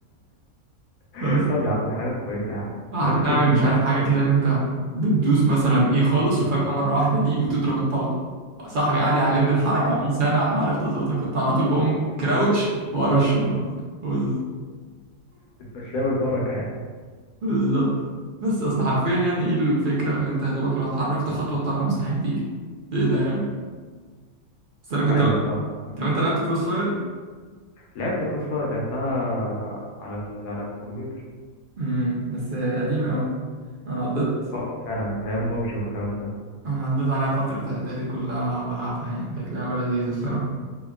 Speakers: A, on the left; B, on the right.
A: <laughs>
B: بس
A: طب يا عم دي حاجة كويسة يا عم
B: قعدت
A: بمناسبة
B: اعمل
A: ان
B: مش
A: انت
B: عارف
A: بتكره
B: حاجه كده
A: بقى
B: اللي انت بتدوس مثلا ايه خالص وفجاه مره واحده دي وتضرب الطلقه صاحبي قعد يعلمني الحركه
A: اه
B: دي سنه على ما عرفت اظبطها كنت على طول بقوم كراوتش وارش خلاص بز-
A: بتمشيها بالبركة يعني
B: بالظبط بس اصل حرفيا يعني ايه الفكره اللي انت يا دوبك لو اتحركت خطوه الطلقه مستحيل تيجي ايه ده يعني بس انا كنت
A: ايوه
B: بلعب
A: انا فاهمك فاهم.
B: طب انت لعبت كروس فاير
A: لعبت كروس فاير لعبتها على ال... على الكمبيوتر
B: امم بس قديمه قوي انا قضيت
A: اه فعلا ايام بابجي والكلام ده
B: انا قضيت عليها فتره اعدادي كلها بلعبها يعني كانت لعبه لذيذه الصراحه